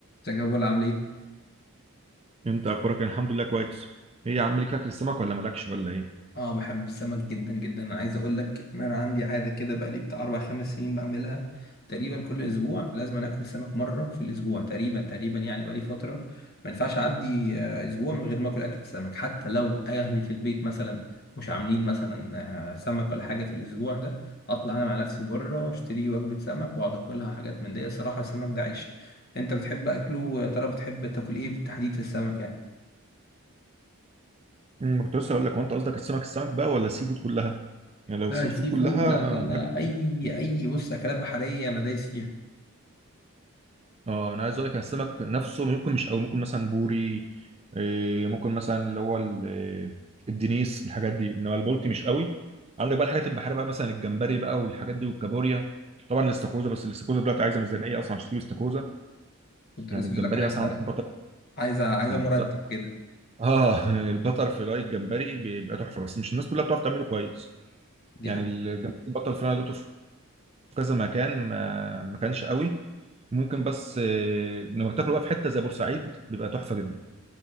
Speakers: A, on the left; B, on the right.
A: ازيك يا بولا عامل ايه؟
B: انت اخبارك إيه؟ الحمد لله كويس ايه يا عم ليك في اكل السمك ولا مالكش ولا ايه
A: اه بحب السمك جدا جدا انا عايز اقول لك ان انا عندي عاده كده بقالي بتاع اربع خمس سنين بعملها تقريبا كل اسبوع لازم أنا اكل سمك مره في الاسبوع تقريبا تقريبا يعني بقالي فتره ما ينفعش اعدي آه، اسبوع من غير ما اكل اكل سمك حتى لو اهلي في البيت مثلا مش عاملين مثلا آه، سمك ولا حاجه في الاسبوع ده اطلع انا مع نفسي بره اشتري وجبه سمك واقعد اكلها حاجات من دي الصراحه السمك ده عيش انت بتحب اكله يا ترى بتحب تاكل ايه بالتحديد في السمك يعني
B: امم كنت لسه اقول لك هو انت قصدك السمك السمك بقى ولا السي فود كلها يعني لو
A: لا
B: السي
A: السي
B: فود كلها
A: فود لا لا لا
B: بحب
A: اي
B: أكل كتير.
A: اي بص اكلات بحريه انا دايس فيها
B: اه انا عايز اقول لك أنا السمك نفسه ممكن مش قوي ممكن مثلا بوري إيه ممكن مثلا اللي هو ال- إيه، الدنيس الحاجات دي انما البلطي مش قوي عندك بقى الحاجات البحريه بقى مثلا الجمبري بقى والحاجات دي والكابوريا طبعا الاستاكوزا بس الاستاكوزا دلوقتي عايزه ميزانيه اصلا عشان تجيب استاكوزا
A: كنت
B: يعني
A: لسه
B: الجمبري
A: بقول لك عايزه
B: مثلا عندك
A: عايزه عايزه
B: بطل
A: مرتب كده
B: اه <laughs> البتر فلاي الجمبري بيبقى تحفه بس مش الناس كلها بتعرف تعمله كويس
A: دي
B: يعني
A: حاجه
B: الجمبري البتر فلاي دوته في كذا مكان ما ما كانش قوي ممكن بس آه، لما بتاكله بقى في حته زي بورسعيد بيبقى تحفه جدا